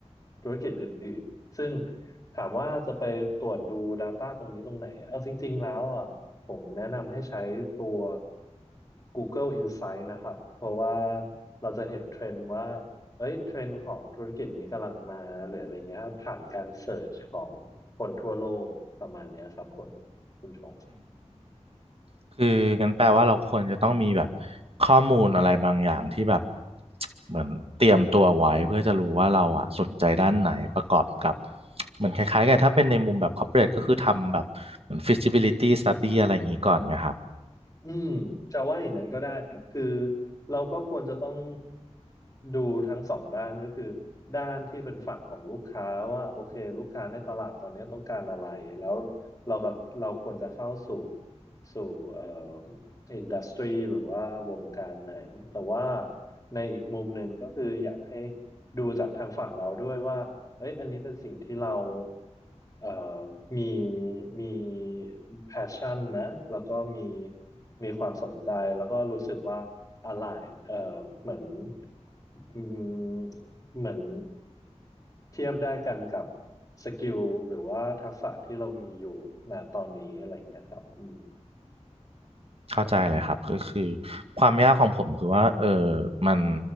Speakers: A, on the left (about 30°); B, on the right (about 55°).
A: ธุรกิจอื่นๆซึ่งถามว่าจะไปตรวจดู Data ตรงนี้ตรงไหนเอาจริงๆแล้วอ่ะ ผมแนะนำให้ใช้ตัว Google Insight นะครับ เพราะว่าเราจะเห็นเทรนด์ว่าเอ้ยเทรนด์ของธุรกิจนี้กำลังมาหรืออะไรเงี้ยครับผ่านการเสิร์ชของคนทั่วโลกประมาณเนี้ยครับคุณคุณชง
B: อืมคืองั้นแปลว่าเราควรจะต้องมีแบบข้อมูลอะไรบางอย่างที่แบบ <tsk> เหมือนเตรียมตัวไว้เพื่อจะรู้ว่าเราอ่ะสนใจด้านไหนประกอบกับเหมือนคล้ายๆกันถ้าเป็นในมุมแบบ corporate ก็คือทำแบบเหมือน feasibility study อะไรอย่างนี้ก่อนไหมครับ
A: อืมจะว่าอย่างนั้นก็ได้ครับคือเราก็ควรจะต้องดูทั้งสองด้านก็คือด้านที่เป็นฝั่งของลูกค้าว่าโอเคลูกค้าในตลาดตอนนี้ต้องการอะไรแล้วเราก็เราควรจะเข้าสู่สู่เอ่ออินดัสทรีหรือว่าวงการไหนแต่ว่าในอีกมุมหนึ่งก็คืออยากให้ดูจากทางฝั่งเราด้วยว่า เอ้ยอันนี้เป็นสิ่งที่เราเอ่อมีมีแพชชั่นนะแล้วก็มีมีความสนใจแล้วก็รู้สึกว่า align เอ่อเหมือนอืมเหมือนเทียบได้กันกับสกิลหรือว่าทักษะที่เรามีอยู่ณตอนนี้อะไรอย่างเงี้ยครับอืม
B: เข้าใจเลยครับก็คือ
A: อืม
B: ความยากของผมคือว่าเออมัน